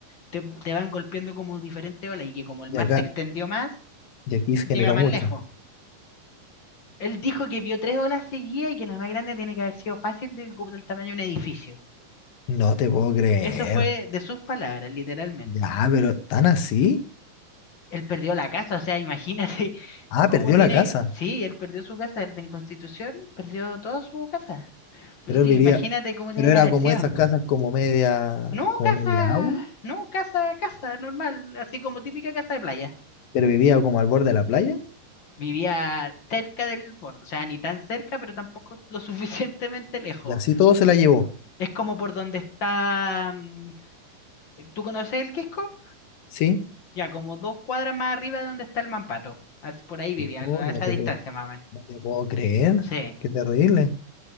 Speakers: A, on the left; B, on the left.
A: te, te van golpeando como diferentes olas y que como el
B: y
A: mar
B: acá,
A: se extendió más,
B: y aquí se
A: llega
B: generó
A: más
B: mucha.
A: lejos. Él dijo que vio tres olas seguidas y que la más grande tiene que haber sido fácil de, como del tamaño de un edificio.
B: No te puedo creer.
A: Eso fue de sus palabras, literalmente.
B: Ya, pero ¿tan así?
A: él perdió la casa, o sea, imagínate <laughs>
B: Ah,
A: cómo
B: perdió
A: tiene,
B: la casa.
A: sí, él perdió su casa el de en Constitución, perdió toda su casa. Pues
B: Pero
A: digo,
B: él vivía,
A: imagínate cómo tiene
B: pero
A: que
B: era
A: haber
B: como
A: sido.
B: esas casas como media,
A: No,
B: como
A: casa,
B: media agua,
A: no, casa, casa, normal, así como típica casa de playa.
B: pero vivía como al borde de la playa.
A: Vivía cerca del borde, o sea, ni tan cerca, pero tampoco lo <laughs> suficientemente lejos.
B: Y así todo se la llevó.
A: Es como por donde está, mm, ¿tú conoces el Quisco?
B: ¿Sí?
A: Ya, como dos cuadras más arriba de donde está el Mampato. As- Por ahí vivía,
B: No,
A: a
B: no
A: esa
B: te
A: distancia
B: puedo,
A: más o menos.
B: no te puedo creer.
A: Sí.
B: Qué terrible.